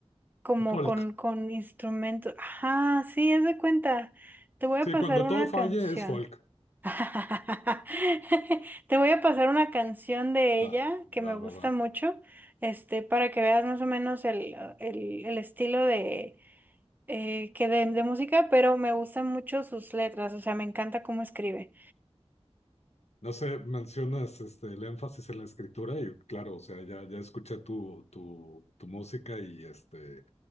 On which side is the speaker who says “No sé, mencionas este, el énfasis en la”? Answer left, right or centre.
Left